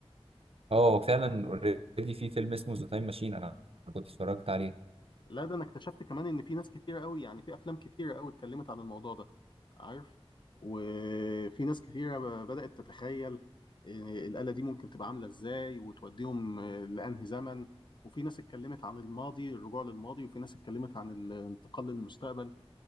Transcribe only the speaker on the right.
اه فعلا اوريدي في فيلم اسمه ذا تايم ماشين انا كنت اتفرجت عليه